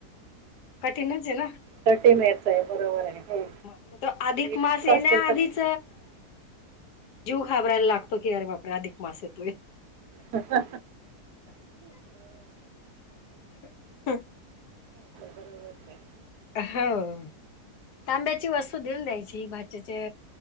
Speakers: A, on the left (about 85°); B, on the right (about 80°).
A: कठीणच आहे ना.
B: थर्टी मिनिट्स आहे बरोबर आहे
A: म मग तो अधिक
B: एक
A: मास येण्या
B: तास असेल तर
A: आधीच
B: खूप
A: जीव घाबरायला लागतो की अरे बापर अधिक मास येतोय.
B: हो.
A: हम,
B: बरोबरच आहे
A: हो. तांब्याची वस्तू घेऊन द्यायची भाच्याचे.